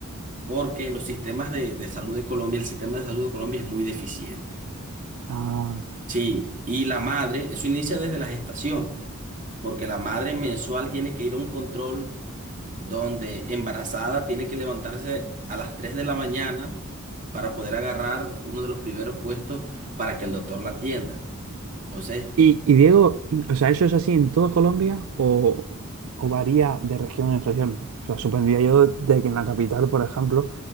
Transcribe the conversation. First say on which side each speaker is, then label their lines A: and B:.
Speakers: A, on the right; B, on the right.
A: porque los sistemas de, de salud de Colombia, el sistema de salud de Colombia es muy deficiente.
B: Ah,
A: Sí, y la madre, eso inicia desde la gestación, porque la madre mensual tiene que ir a un control donde embarazada tiene que levantarse a las 3 de la mañana para poder agarrar uno de los primeros puestos para que el doctor la atienda. Entonces,
B: y, y Diego, o sea, ¿eso es así en toda Colombia o, o varía de región en región? O sea, supondría yo de que en la capital, por ejemplo,